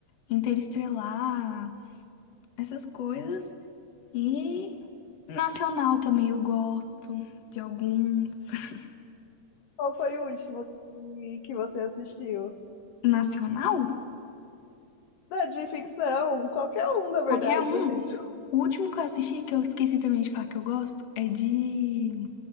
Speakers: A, on the left; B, on the left.
A: Interestelar, essas coisas. E nacional também eu gosto de alguns. <laughs>
B: Qual foi o último que que você assistiu?
A: Nacional?
B: Da de ficção, qualquer um, na verdade,
A: Qualquer um.
B: assim, que você...
A: O último que eu assisti, que eu esqueci também de falar que eu gosto, é de,